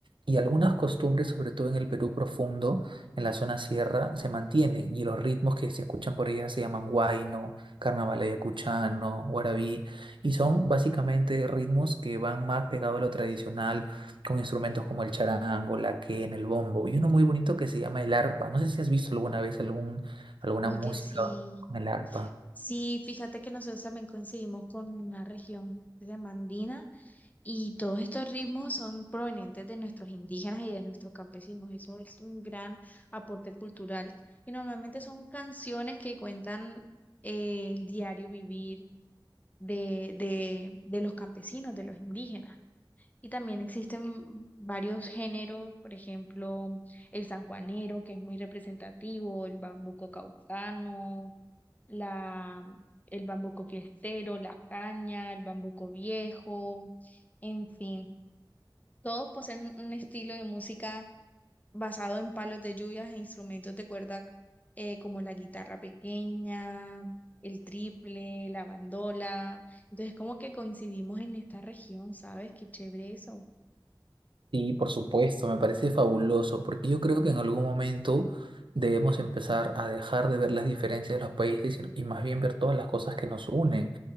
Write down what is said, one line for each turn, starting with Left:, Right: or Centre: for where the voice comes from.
Right: y algunas costumbres, sobre todo en el Perú profundo, en la zona sierra, se mantienen y los ritmos que se escuchan por ella se llaman huayno, carnaval ayacuchano, guarabí y son básicamente ritmos que van más pegados a lo tradicional con instrumentos como el charango, la quena, el bombo y uno muy bonito que se llama el arpa. No sé si has visto alguna vez algún alguna
Left: oye,
Right: música
Left: sí.
Right: con el arpa.
Left: Sí, fíjate que nosotros también coincidimos con una región de Mandina Y todos estos ritmos son provenientes de nuestros indígenas y de nuestros campesinos. Eso es un gran aporte cultural. Y normalmente son canciones que cuentan eh, el diario vivir de, de, de los campesinos, de los indígenas. Y también existen varios géneros, por ejemplo, el sanjuanero, que es muy representativo, el bambuco caucano, la, el bambuco fiestero, la caña, el bambuco viejo. En fin, todos poseen un estilo de música basado en palos de lluvias e instrumentos de cuerda eh, como la guitarra pequeña, el triple, la bandola. Entonces, como que coincidimos en esta región, ¿sabes? Qué chévere eso.
Right: Sí, por supuesto, me parece fabuloso, porque yo creo que en algún momento debemos empezar a dejar de ver las diferencias de los países y, y más bien ver todas las cosas que nos unen,